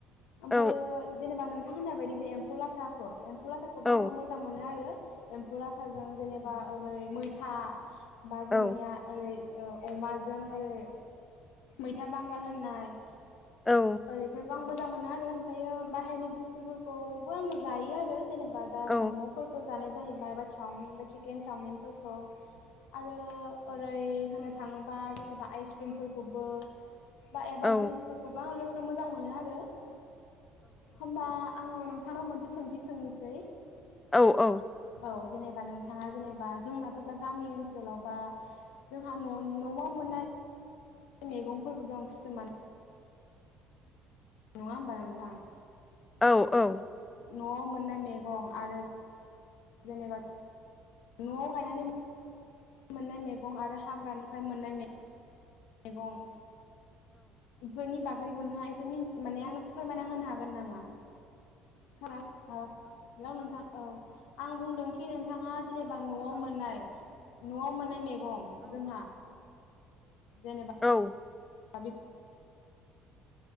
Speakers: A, on the left (about 75°); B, on the left (about 20°).
A: ओमफ्रायो
B: औ
A: जेनेबा नों नोंथां होननाय बायदि बे एम्फौ लाथाखौ एम्फौ लाथाखौबो
B: औ
A: आङो मोजां मोनो आरो एम्फौ लाथाजों जेनेबा ओ ओरै मैथा बा जोंनिया
B: औ
A: ओरै अमाजों ओरै मैथा बांगाल होननाय
B: औ
A: ओरैफोरखौ आं मोजां मोनो आरो ओम फायो बाहेरनि बुस्थुफोरखौ बो आङो जायो आरो जेनेबा दा
B: औ
A: मम'फोरखौ जानाय जाहैबाय बा चावमिन बा चिकेन चावमिनफोरखौ आरो ओ फ्राय होनो थाङोबा जेनेबा आइस क्रिमफोरखौबो बा एबा
B: औ
A: जुसफोरखौफोरखौबो लोंनो मोजां मोनो आरो होमबा आंङो नों थांनाव मोनसे सोंथि सोंनोसै
B: औ औ
A: औ जेनेबा नोंथाङा जेनेबा जोंनाथ' दा गामि ओनसोलाव बा जोंहा न- न'आव मोननाय मैगंफोरबो दं खिसुमान नङा होमबा नोंथां?
B: औ औ
A: न'आव मोननाय मैगं आरो जेनेबा न'आव गायनानै मोननाय मैगं आरो हाग्रानिफ्राय मोननाय मै- मैगं धनि बा <unintelligible> हा एसे मिनथि- माने आंनो फोरमायना होनो हागोन नामा? <unintelligible> ओ हेलौ नोंथां औ आं बुंदोंखि नों थाङा जेनेबा न'आव मोननाय न'आव मोननाय मे- गं जोंहा जेनेबा
B: औ।
A: <unintelligible>